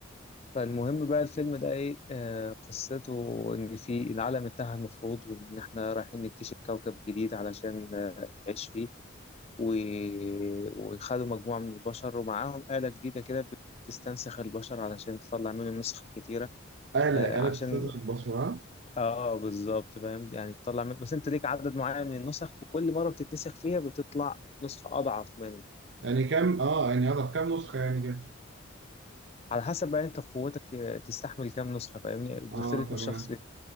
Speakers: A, on the left (about 30°); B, on the right (about 60°).
A: فالمهم بقى الفيلم ده ايه آه قصته ان في العالم انتهى المفروض وان احنا رايحين نكتشف كوكب جديد علشان آه، نعيش فيه و... وخدوا مجموعة من البشر ومعاهم آلة جديدة كده بتستنسخ البشر علشان تطلع منه النسخ الكتيرة
B: اهلا
A: آه عشان
B: اهلا بتستنزف البصمه ها
A: اه بالظبط فاهم يعني تطلع من... بس انت ليك عدد معين من النسخ وكل مرة بتتنسخ فيها بتطلع نسخة أضعف من
B: يعني كام اه يعني هضف كام نسخه يعني كده
A: على حسب بقى انت قوتك آه، تستحمل كام نسخة فاهمني بتختلف
B: اه تمام
A: من شخص ليه.